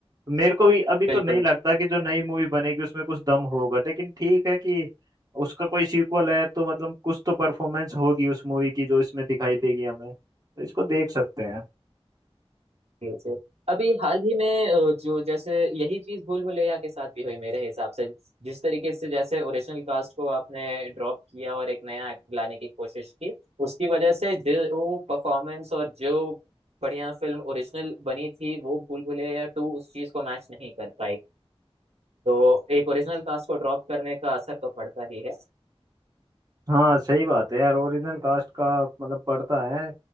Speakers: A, on the right; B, on the right.
A: मेरे को भी अभी तो
B: बिल्कुल
A: नहीं लगता कि जो नई मूवी बनेगी उसमें कुछ दम होगा लेकिन ठीक है कि उसका कोई सीक्वल है तो मतलब कुछ तो परफॉर्मेंस होगी उस मूवी की जो इसमें दिखाई देगी हमें तो इसको देख सकते हैं
B: से अभी हाल ही में अ, जो जैसे यही चीज भूल भुलैया के साथ भी हुई मेरे हिसाब से जिस तरीके से जैसे ओरिजिनल कास्ट को आपने ड्रॉप किया और एक नया एक्टर लाने की कोशिश की उसकी वजह से जो वो परफॉर्मेंस और जो बढ़िया फिल्म ओरिजिनल बनी थी वो भूल भुलैया टू उस चीज को मैच नहीं कर पाई तो एक ओरिजिनल कास्ट को ड्रॉप करने का असर तो पड़ता ही है
A: हाँ सही बात है यार ओरिजिनल कास्ट का मतलब पड़ता है